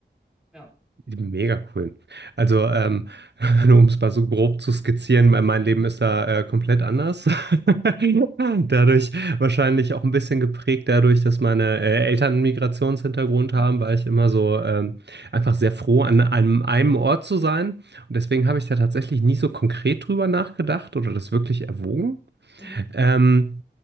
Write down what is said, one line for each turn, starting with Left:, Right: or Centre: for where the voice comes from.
Centre: Ja.
Right: Mega cool. Also, ähm, <laughs> nur um es mal so grob zu skizzieren, mein mein Leben ist da äh, komplett anders. <laughs> Dadurch wahrscheinlich auch ein bisschen geprägt dadurch, dass meine äh, Eltern einen Migrationshintergrund
Centre: <laughs>
Right: haben, war ich immer so ähm, einfach sehr froh, an einem, einem Ort zu sein. Und deswegen habe ich da tatsächlich nie so konkret drüber nachgedacht oder das wirklich erwogen.
Centre: Mhm.
Right: Ähm,